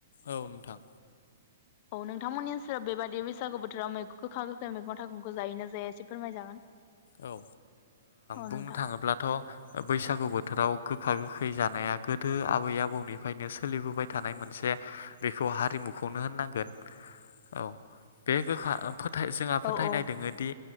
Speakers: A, on the left; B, on the left.
A: औ नोंथां।
B: औ नोंथांमोननि ओनसोलाव बेबायदि बैसागु बोथोराव मैगं गोखा गोखै मैगं थाइगंखौ जायो ना जाया एसे फोरमायजागोन।
A: औ ओ
B: औ
A: बुंनो
B: नोंथां
A: थाङोब्लाथ' बैसागु बोथोराव गो खा गोखै जानाया गोदो आबै आबौनिफ्रायनो सोलिबोबाय थानाय मोनसे बेखौ हारिमुखौनो होननांगोन औ बे गोखा फोर जोंहा फोथायनाय
B: औ औ
A: दोङोदि